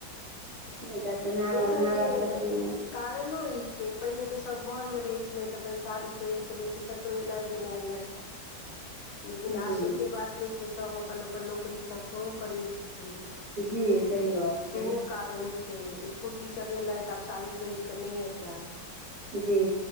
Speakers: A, on the right (about 45°); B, on the left (about 80°).
A: नहि तऽ पेनावा
B: दोसर
A: ओनावा
B: जे
A: सब चीज।
B: कारणो ई छै, पहिले तऽ सभ घरमे रहैत छलै तऽ अपन साड़ी पहिर कऽ रहैत छै, कतहु एनाइ गेनाइ नै। लेकिन
A: जी
B: आब तऽ से बात, नय छै। सभ अपन अपन नौकरी सभ सेहो करैत छथिन।
A: जी, सहीये गप्प
B: सेहो
A: छै।
B: कारण छै, स्कूटी चलेलैथ तऽ अब साड़ी पहिर कऽ नय हेतै।
A: जी